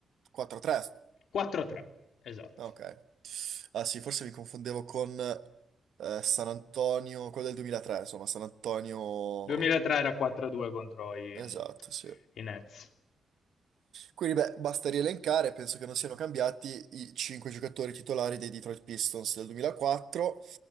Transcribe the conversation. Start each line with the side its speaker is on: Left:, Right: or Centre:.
Right: 4-3.
Left: 4-3, esatto.
Right: Ah, Ok. Ah sì, forse mi confondevo con eh, San Antonio, quello del 2003, insomma, San Antonio...
Left: 2003 era 4-2 contro i,
Right: Esatto, sì.
Left: i Nets.
Right: Quindi, beh, basta rielencare, penso che non siano cambiati i cinque giocatori titolari dei Detroit Pistons del 2004,